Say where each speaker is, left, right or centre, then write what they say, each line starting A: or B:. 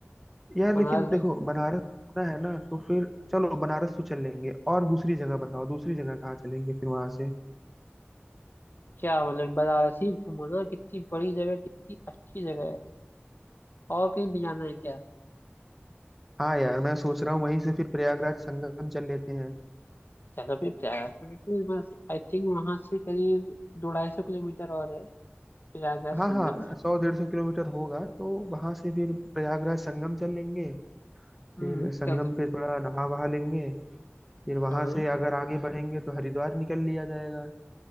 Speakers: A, in the centre; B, on the left.
A: यार
B: बनारस
A: लेकिन देखो
B: घूम-
A: बनारस घूमना है ना तो फिर चलो बनारस तो चल लेंगे और दूसरी जगह बताओ दूसरी जगह कहाँ चलेंगे फिर वहां से
B: क्या मतलब बनारस ही घूमो ना कितनी बड़ी जगह कितनी अच्छी जगह है और कहीं भी जाना है क्या
A: हाँ यार मैं सोच रहा हूँ वहीं से फिर प्रयागराज संगम चल लेते हैं
B: चलो फिर प्रयागराज चलते हैं बस आई थिंक वहां से करीब दो ढाई सौ किलोमीटर और है प्रयागराज संगम
A: हाँ हाँ सौ डेढ़ सौ किलोमीटर होगा तो वहां से फिर प्रयागराज संगम चल लेंगे फिर
B: हम्म
A: संगम
B: चल सकते
A: पे थोड़ा नहा वहा लेंगे फिर वहां
B: हैं
A: से अगर आगे बढ़ेंगे तो हरिद्वार निकल लिया जाएगा